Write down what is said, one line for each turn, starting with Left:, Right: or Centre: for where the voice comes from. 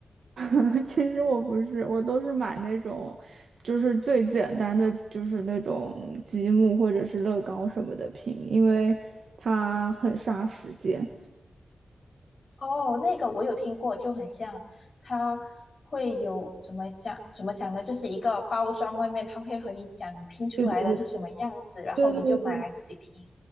Right: <laughs> 其实我不是，我都是买那种，就是最简单的，就是那种积木或者是乐高什么的拼，因为它很杀时间。
Left: 哦，那个我有听过，就很像，他会有怎么讲？怎么讲呢？就是一个包装外面，他会和你讲你拼出来的是什么样子，
Right: 对
Left: 然后你就买来自己拼。
Right: 对对对对